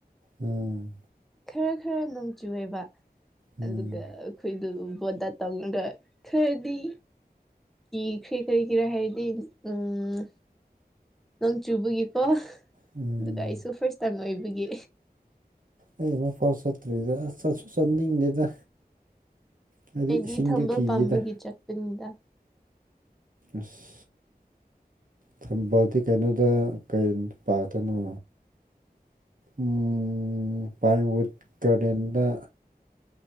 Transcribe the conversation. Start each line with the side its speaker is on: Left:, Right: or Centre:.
Right: ꯎꯝ
Centre: ꯈꯔ ꯈꯔ ꯅꯣꯡꯆꯨꯌꯦꯕ
Right: ꯎꯝ
Centre: ꯑꯗꯨꯒ ꯈꯣꯏꯗꯨ ꯕꯣꯠꯗꯥ ꯇꯧꯔꯒ ꯈꯔꯗꯤ ꯏꯈ꯭ꯔꯦ ꯀꯩꯒꯤꯔꯥ ꯍꯥꯏꯔꯗꯤ ꯎꯝ ꯅꯣꯡ ꯆꯨꯕꯒꯤꯀꯣ
Right: ꯎꯝ
Centre: ꯑꯗꯨꯒ ꯑꯩꯁꯨ ꯐꯥꯔꯁ ꯇꯥꯏꯝ ꯑꯣꯏꯕꯒꯤ
Right: ꯑꯩ ꯑꯃ ꯐꯥꯎ ꯆꯠꯇ꯭ꯔꯤꯗ ꯑꯁ ꯆꯠꯁꯨ ꯆꯠꯅꯤꯡꯗꯦꯗ ꯍꯥꯏꯗꯤ
Centre: ꯑꯩꯗꯤ
Right: ꯏꯁꯤꯡꯗꯨ
Centre: ꯊꯝꯕꯥꯜ
Right: ꯀꯤꯌꯦꯗ
Centre: ꯄꯥꯝꯕꯒꯤ ꯆꯠꯄꯅꯤꯗ
Right: ꯑꯁ ꯊꯝꯕꯥꯜꯗꯤ ꯀꯩꯅꯣꯗ ꯀꯩ ꯄꯥꯛꯇꯅꯣ ꯎꯝ ꯄꯥꯏꯟ ꯋꯨꯠ ꯒꯥꯔꯗꯦꯟꯗ